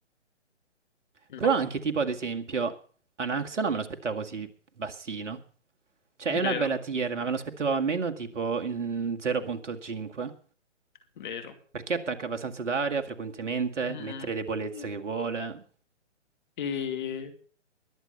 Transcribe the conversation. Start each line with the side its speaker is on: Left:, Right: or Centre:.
Left: No,
Right: Però anche tipo, ad esempio, Anaxona me lo aspettavo così bassino. Cioè,
Left: vero,
Right: è una bella tier, ma me lo aspettavo almeno tipo in 0.5.
Left: vero.
Right: Perché attacca abbastanza d'aria frequentemente,
Left: Mm-mm.
Right: mette le debolezze
Left: Sì.
Right: che vuole.
Left: E-